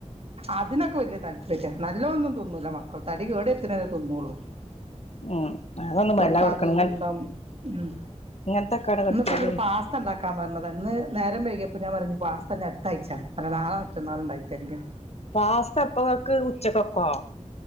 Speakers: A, on the right (about 55°); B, on the left (about 60°).
A: അതിനൊക്കെ വല്യ താല്പര്യാ നല്ലതോന്നും തിന്നൂല മക്കൾ തടി കേട്ർത്ത്നേ തിന്നോള്ളു
B: ഉം അതൊന്നും വല്ലാ
A: ഓന്ക്ക്‌
B: കൊടുക്കണം
A: അത്
B: ഇങ്ങ
A: കുന്തം ഉം
B: ഇങ്ങനത്തൊക്കെയാണ് കൊടുത്താല്
A: ന്ന് പ്പോ ന്നോട് പാസ് ത്താ ണ്ടാക്കാൻ പറഞ്ഞതാ ഇന്ന് നേരം വൈകിയപ്പോ ഞാൻ പറഞ്ഞു പാസത ഞ്ഞി അടുത്തായ്ച്ചാ അല്ല നാളെ മറ്റന്നാള് ണ്ടായക്കി ത്തേരണ്ട് ന്ന്
B: പാസ്ത എപ്പക്കേക്ക് ഉച്ചക്കൊക്കോ